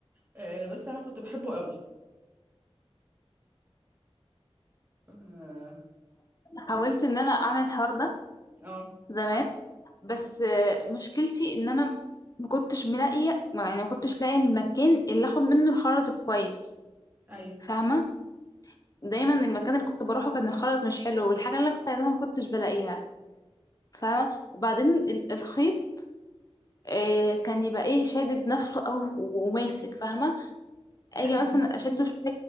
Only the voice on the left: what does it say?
حاولت ان انا اعمل الحوار ده
زمان بس آه، مشكلتي ان انا ما كنتش ملاقيه ما- يعني ما كنتش لاقيه المكان اللي اخد منه الخرز كويس
فاهمه دايما المكان اللي كنت بروحه كان الخلط مش حلو والحاجة اللي أنا كنت عايزاها ما كنتش بلاقيها فاهمة وبعدين ال- الخيط آه، كان يبقى ايه شادد نفسه او وماسك فاهمة اجي
مثلا
اشده شوية